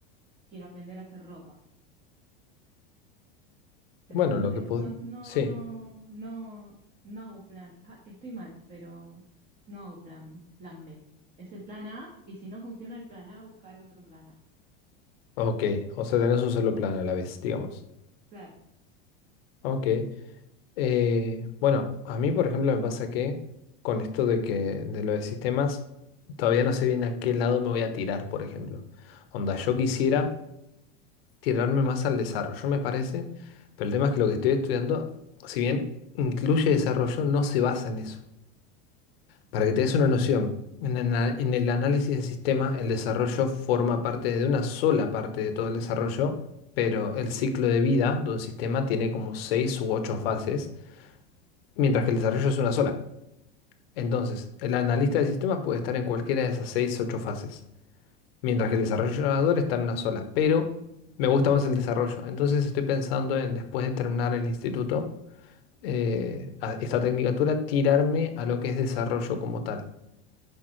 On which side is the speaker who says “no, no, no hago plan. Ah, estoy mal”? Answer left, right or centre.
Right